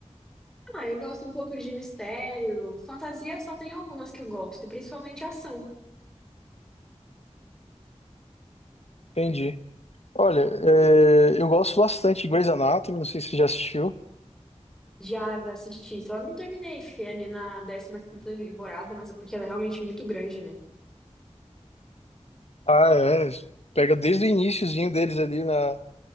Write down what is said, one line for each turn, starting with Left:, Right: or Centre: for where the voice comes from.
Centre: Ah, eu gosto um pouco de mistério. Fantasia só tem algumas que eu gosto, e principalmente ação.
Left: Entendi. Olha, é, eu gosto bastante de Grey's Anatomy. Não sei se você já assistiu.
Centre: Já já assisti, só não terminei, fiquei ali na décima quinta temporada, mas é porque ela é realmente muito grande, né?
Left: Ah, é. Pega desde o iniciozinho deles ali na,